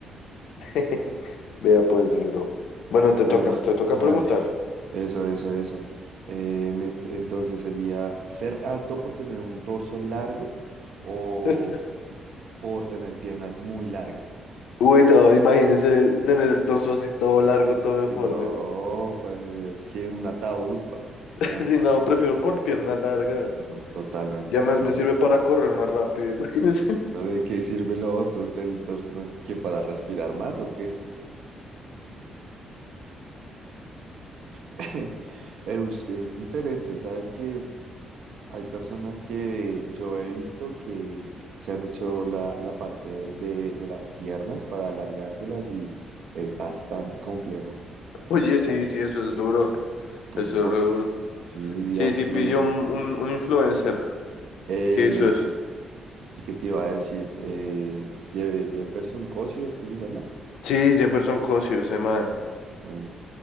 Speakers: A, on the left (about 85°); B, on the right (about 60°).
A: <laughs> Vea pues, mi bro. Bueno, te
B: Bueno,
A: toca, te toca
B: dale.
A: preguntar.
B: Eso, eso, eso. Eh, me- entonces sería ser alto por tener un torso largo o
A: <laughs>
B: por tener piernas muy largas.
A: Uy, no, imagínese tener el torso así todo largo, todo deforme.
B: No, padre de Dios, que un ataúd, parce.
A: <laughs>
B: No,
A: Si no, prefiero por piernas largas.
B: no, totalmente.
A: Ya
B: Estoy
A: más me sirve para correr más rápido, <laughs> imagínese.
B: ¿No de qué sirve lo otro? ¿Del torso no es que para respirar más o qué? <laughs> Eh, us- Es diferente, ¿sabes? Que hay personas que yo he visto que se han hecho la, la parte de, de las piernas para alargárselas y es bastante complejo.
A: Oye, sí, sí, eso es duro.
B: Hace
A: Eso
B: poco,
A: es re duro.
B: sí, vi
A: Sí,
B: a este,
A: sí, pillo
B: el,
A: un, un, un influencer
B: el
A: que hizo eso.
B: que te iba a decir, eh, Jeff Jefferson Cosio, ¿es que se llama?
A: Sí, Jefferson Cosio, ese man.
B: También,